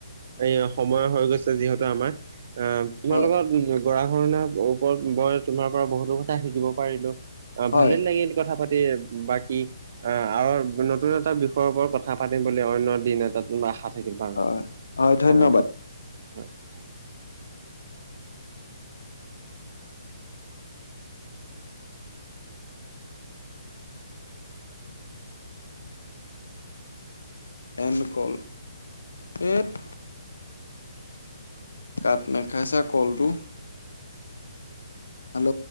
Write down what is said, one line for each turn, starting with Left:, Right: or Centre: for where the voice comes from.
Right: এ সময় হৈ গৈছে যিহেতু আমাৰ এঁ, তোমাৰ
Left: হয়
Right: লগত গৰাখহনীয়াৰ ওপৰ- ৰত মই তোমাৰ পৰা বহুতো কথা শিকিব পাৰিলো। অ
Left: হয়
Right: ভালেই লাগিল কথা পাতি, বাকি অ আৰু নতুন এটা বিষয়ৰ ওপৰত কথা পাতিম বুলি অন্য দিন এট- টাত আশা থাকিল বাৰু,
Left: হয় হয় ধন্যবাদ
Right: হ'ব দিয়া, হয়।
Left: And call. এত' কাত নেখাইছে কল'টো। হেল্ল'